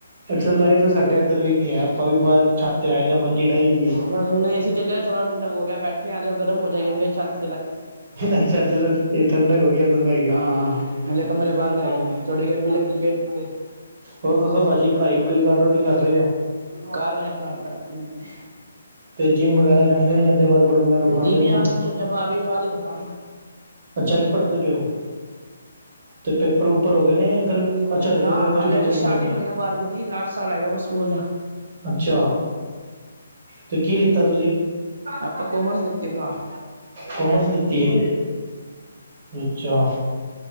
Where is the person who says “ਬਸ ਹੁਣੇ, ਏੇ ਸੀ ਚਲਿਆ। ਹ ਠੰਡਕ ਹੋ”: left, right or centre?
Right